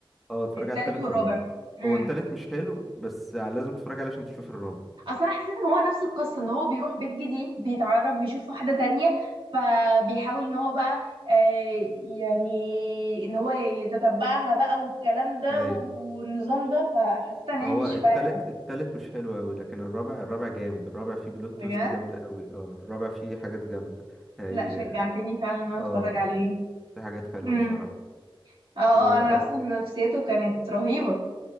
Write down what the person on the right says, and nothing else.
التالت
والرابع
امم
اصل انا حسيت ان هو نفس القصه ان هو بيروح بيت جديد بيتعرف بيشوف واحده تانية فبيحاول ان هو بقى آه يعني ان هو يتتبعها بقى والكلام ده
والنظام ده فحسيت ان هي
مش
فارقه
بجد
لا شجعتني فعلا ان انا اتفرج
عليه
امم
اه
اه انا اصلا نفسيته كانت رهيبه